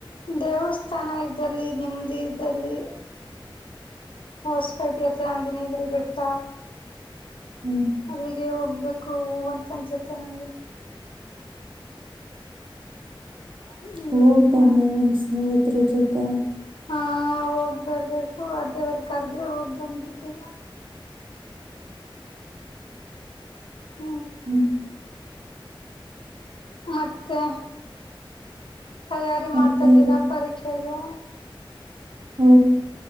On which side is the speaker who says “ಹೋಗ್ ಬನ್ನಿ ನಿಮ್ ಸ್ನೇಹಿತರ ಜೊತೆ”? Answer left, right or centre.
Right